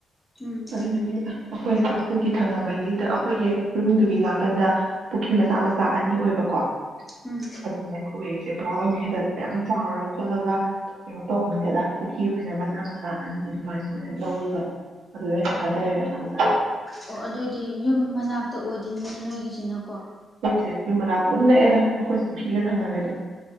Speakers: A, in the centre; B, on the right.
A: ꯎꯝ ꯎꯝ
B: ꯑꯗꯨꯗꯨꯒꯤ ꯑꯩꯈꯣꯏ ꯑꯩꯈꯣꯏꯒꯤ ꯊꯪꯅꯕꯒꯤꯗ ꯍꯨꯏꯌꯦ ꯌꯨꯝꯗꯨꯒꯤ ꯅꯥꯀꯟꯗ ꯄꯨꯈ꯭ꯔꯤ ꯃꯆꯥ
A: ꯎꯝ
B: ꯃꯆꯥ ꯑꯅꯤ ꯑꯣꯏꯕꯀꯣ
A: ꯎꯝ
B: ꯑꯗꯨꯃꯥꯏꯅ ꯑꯣꯏꯔꯤꯁꯦ ꯄꯨꯔꯥ ꯑꯣꯏꯅ ꯍꯦꯛ ꯇ ꯑꯗꯨꯗ ꯌꯥꯝ ꯆꯥꯎꯔꯒ ꯈꯣꯠꯂꯒ ꯀꯩꯅꯣ ꯇꯧꯕꯝ ꯅꯠꯇꯦꯗ ꯄꯨꯈ꯭ꯔꯤ ꯑꯣꯏꯅ ꯃꯆꯥ ꯃꯆꯥ ꯑꯅꯤ ꯑꯗꯨꯃꯥꯏꯅ ꯑꯣꯏꯅ ꯂꯧꯔꯒ ꯑꯗꯨꯗ ꯑꯣꯏꯅ ꯊꯥꯗꯔꯦ ꯃꯆꯥ ꯃꯆꯥ
A: ꯑꯣ ꯑꯗꯨꯑꯣꯏꯗꯤ ꯌꯨꯝ ꯃꯅꯥꯛꯇ ꯑꯣꯏ ꯇꯤꯟ ꯅꯤ ꯅꯣꯏꯒꯤꯁꯤꯅ ꯀꯣ
B: ꯁꯦ ꯌꯨꯝ ꯃꯅꯥꯛꯇ ꯑꯗꯨꯝ ꯅꯛꯑꯦꯗ ꯑꯩꯈꯣꯏ ꯄꯨꯈꯤꯒ ꯊꯪꯅꯔꯦ ꯑꯗꯨꯝ